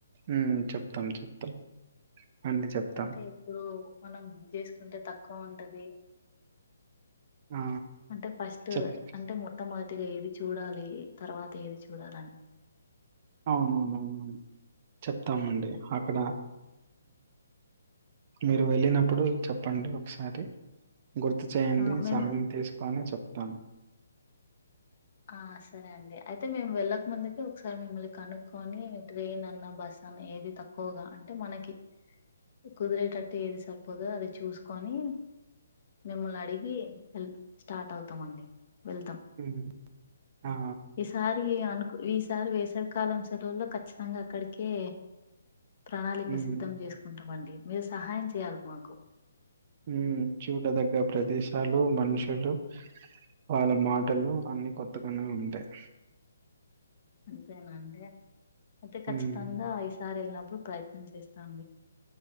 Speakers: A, on the right; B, on the left.
A: ఉమ్ చెప్తాం చెప్తాం అండి చెప్తాం.
B: అంటే ఇప్పుడు మనం బుక్ చేసుకుంటే తక్కువ ఉంటది
A: ఆ!
B: అంటే ఫస్ట్
A: చెప్
B: అంటే మొట్టమొదటిగా ఏది చూడాలి తర్వాత ఏది చూడాలి అనీ
A: అవునవునవును చెప్తామ అండి అక్కడ మీరు వెళ్ళినప్పుడు చెప్పండి ఒకసారి గుర్తు చేయండి
B: ఆ మేము
A: సమయం తీసుకోని చెప్తాను
B: ఆ సరే అండి అయితే మేము వెళ్ళక ముందుకే ఒకసారి మిమ్మల్ని కనుక్కొని ట్రైన్ అన్నా బస్ అన్నా ఏది తక్కువ తక్కువగా అంటే మనకి కుదిరేటట్టు ఏది సరిపోదొ అది చూసుకొని మిమ్మల్ని అడిగి వెల్ స్టార్ట్ అవుతామండి వెళ్తాం
A: ఉమ్ హా
B: ఈసారి అనుకు ఈసారి వేసవి కాలం సెలవుల్లో ఖచ్చితంగా అక్కడికే ప్రణాళిక
A: హ్మ్.
B: సిద్ధం చేసుకుంటాంమండి మీరు సహాయం చేయాలి మాకు
A: ఉ చూడదగ్గ ప్రదేశాలు మనుషులు వాళ్ళ మాటలు అన్ని కొత్తగానే ఉంటాయి,
B: అంతేనా అంటే అయితే ఖచ్చితంగా
A: హ్మ్.
B: ఈయిసారి వెళ్ళినప్పుడు ప్రయత్న చేస్తానండి